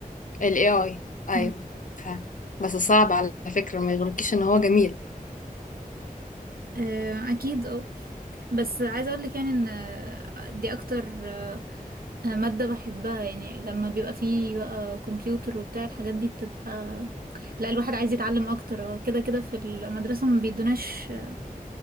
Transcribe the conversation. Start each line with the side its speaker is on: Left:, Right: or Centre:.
Left: الاي اي ايوه
Right: مم.
Left: ف... بس صعب على فكرة ما يغركيش ان هو جميل
Right: آه، أكيد اه بس عايزة أقولك يعني إن آه، دي أكتر آه، مادة بحبها يعني لما بيبقى فيه بقى كمبيوتر وبتاع الحاجات دي بتبقى لا الواحد عايز يتعلم أكتر هو كده كده في المدرسة ما بيدوناش آه،